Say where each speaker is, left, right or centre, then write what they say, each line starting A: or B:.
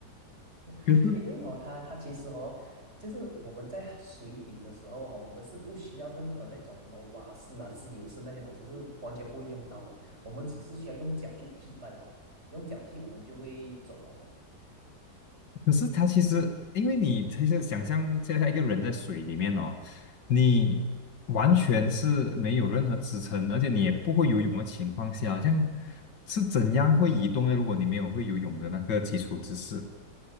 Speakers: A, on the left; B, on the right.
A: 可是
B: <laughs> 因为哦，它它其实哦，就是我们在水底的时候哦，我们是不需要任何那种什么蛙式啊、自由式那些东西，是完全不会用到的。我们只是需要用脚去踢罢了，用脚踢我们就会走了的
A: 可是他其实，因为你其实想象现在一个人在水里面哦，你完全是没有任何支撑，
B: 嗯，
A: 而且你也不会游泳的情况下，这样是怎样会移动呢？如果你没有会游泳的那个基础知识，